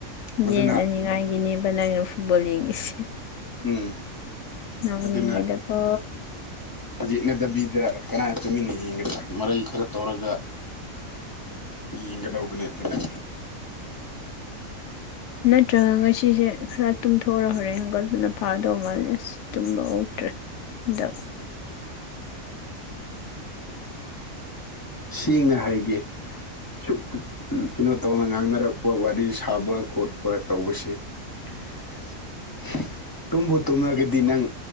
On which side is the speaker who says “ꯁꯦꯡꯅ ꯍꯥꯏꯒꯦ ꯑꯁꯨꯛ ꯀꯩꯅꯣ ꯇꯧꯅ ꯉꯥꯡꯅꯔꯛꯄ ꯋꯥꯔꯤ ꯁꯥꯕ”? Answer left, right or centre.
Left